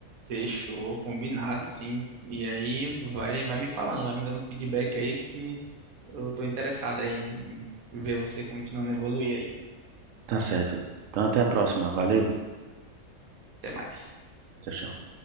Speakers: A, on the right (about 85°); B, on the right (about 70°).
A: Fechou, combinado, sim. E aí vai, vai me falando, vai me dando feedback aí que eu tô interessado aí em em ver você continuando a evoluir aí.
B: Tá certo. Então até a próxima. Valeu.
A: Até mais.
B: Tchau, tchau.